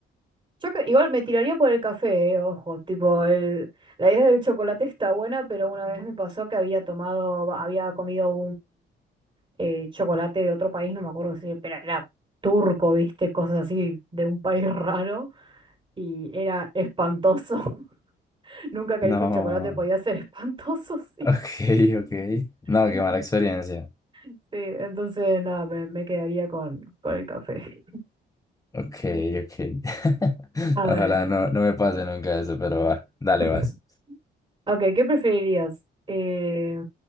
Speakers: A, on the right; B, on the left.
A: yo que- igual me tiraría por el café, eh, ojo, tipo, el, la idea del chocolate está buena, pero una vez me pasó que había tomado, va, había comido eh, chocolate de otro país, no me acuerdo si, pero era turco, viste, cosas así de un país <laughs> raro y era espantoso. <laughs> Nunca creí
B: No,
A: que un chocolate podía
B: <laughs>
A: ser espantoso, <laughs> sí.
B: ok, ok. No,
A: En-
B: qué mala experiencia.
A: Sí, entonces nada, me, me quedaría con, con el café.
B: Ok, ok. <laughs>
A: A ver,
B: Ojalá no, no me pase nunca eso, pero va,
A: <clears throat>
B: dale, vas.
A: ok, ¿qué preferirías? Eh,